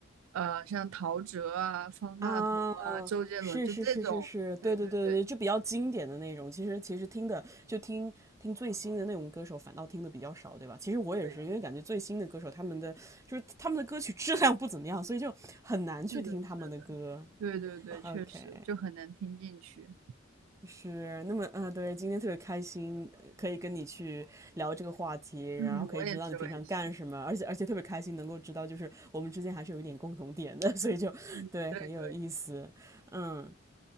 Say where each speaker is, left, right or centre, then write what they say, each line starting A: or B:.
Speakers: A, on the right; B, on the right.
A: 呃，像陶喆啊、方大同啊、
B: 啊，
A: 周杰伦就这种，
B: 是是是是是，对对对对，
A: 对对对
B: 就比较经典的那种。其实其实听的就听听最新的那种歌手，反倒听的比较少，对吧？其实我也是，
A: 对，
B: 因为感觉最新的歌手他们的就是他们的歌曲质量不怎么样，所以就很难去听他们的歌。
A: 是的，是的，对对对，确实就很难听进去。
B: OK，是那么啊、呃对，今天特别开心，呃可以跟你去聊这个话题，
A: 嗯，
B: 然后可以知道你平常干什么，
A: 我也是，我也是，
B: 而且而且特别开心能够知道，就是我们之间还是有一点共同点的，所以就对很有意思。
A: 嗯嗯，对对，
B: 嗯，